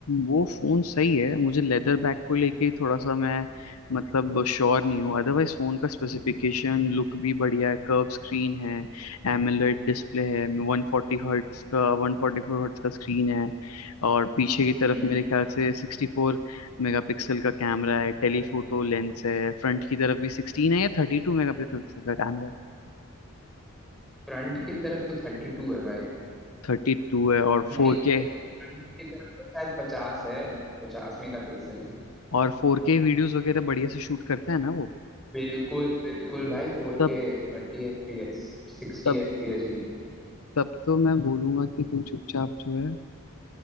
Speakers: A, on the left; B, in the centre.
A: वो फोन सही है मुझे लेदर बैक को लेके ही थोड़ा सा मैं मतलब श्योर नहीं हूँ अदरवाइज फोन का स्पेसिफिकेशन लुक भी बढ़िया है कर्व स्क्रीन है एमोलेड डिस्प्ले है 140 हर्ट्स का 144 हर्ट्स का स्क्रीन है और पीछे की
B: हम्म
A: तरफ मेरे ख्याल से 64 मेगापिक्सल का कैमरा है टेलीफोटो लेंस है फ्रंट की तरफ भी 16 है या 32 मेगापिक्सल का कैमरा है
B: फ्रंट की तरफ तो थर्टी टू है भाई
A: 32 है और
B: नहीं
A: 4K
B: भाई फ्रंट की तरफ तो शायद पचास है पचास मेगा पिक्सल है
A: और फोर के वीडियोस वगैरह बढ़िया से शूट करता है ना वो
B: बिल्कुल बिल्कुल भाई four
A: तब
B: K thirty F P S sixty
A: तब
B: F P S भी
A: तब तो मैं बोलूंगा कि तू चुपचाप जो है